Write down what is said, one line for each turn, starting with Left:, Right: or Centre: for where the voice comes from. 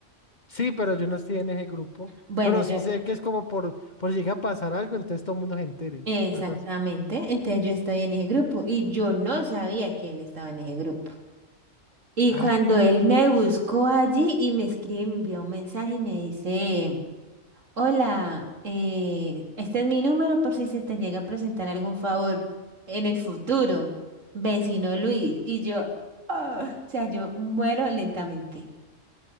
Left: Sí, pero yo no estoy en ese grupo.
Right: Bueno,
Left: Pero
Right: yo,
Left: sí sé que es como por, por si llega a pasar algo, entonces todo el mundo se entere.
Right: Exactamente.
Left: Algo así.
Right: Entonces yo estoy en ese grupo y yo no sabía que él estaba en ese grupo. Y
Left: Ah,
Right: cuando él
Left: pucha,
Right: me buscó allí y me escribe, me envió un mensaje y me dice, hola, eh, este es mi número por si se te llega a presentar algún favor en el futuro, vecino Luis. Y yo, ah, o sea, yo muero lentamente.